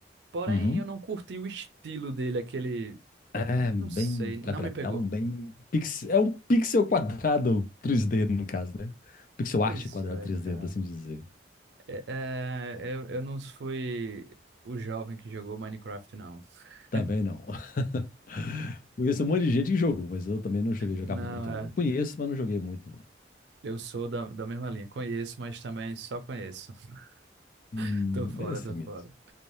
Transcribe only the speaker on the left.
Uhum.
É, bem
quadradão,
bem. pix- É um pixel quadrado 3D, no caso, né? Pixel
art quadrado
3D,
por assim dizer.
Também não. <laughs> Conheço um monte de gente que jogou, mas eu também não cheguei a jogar
muito,
não. Eu conheço, mas não joguei muito, não.
Hum,
mas é assim
mesmo.